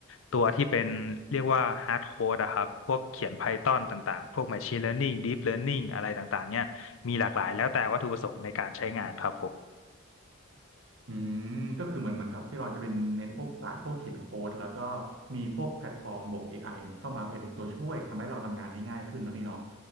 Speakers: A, on the left (about 75°); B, on the right (about 65°).
A: ตัวที่เป็นเรียกว่า hard code อะครับพวกเขียน Python ต่างๆพวก machine learning deep learning อะไรต่างๆเนี่ยมีหลากหลายแล้วแต่วัตถุประสงค์ในการใช้งานครับผม
B: อืม ก็คือเหมือนเหมือนกับพี่รอนจะเป็นเน้นพวกสายพวกเขียนโค้ดแล้วก็มีพวกแพลตฟอร์มบวก AI เนี่ยเข้ามาเป็นตัวช่วยทำให้เราทำงานได้ง่ายขึ้นนะพี่เนาะ